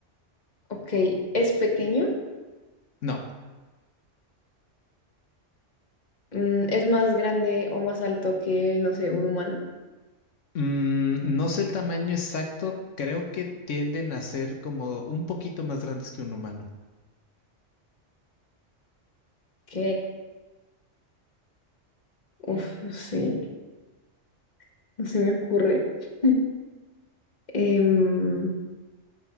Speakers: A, on the left (about 35°); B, on the left (about 75°).
A: ok, ¿es pequeño?
B: No,
A: Mm, ¿es más grande o más alto que, no sé, un humano?
B: Mm, no sé el tamaño exacto. Creo que tienden a ser como un poquito más grandes que un humano.
A: Ok, uf, sí. <laughs> No se me ocurre. <laughs> Em,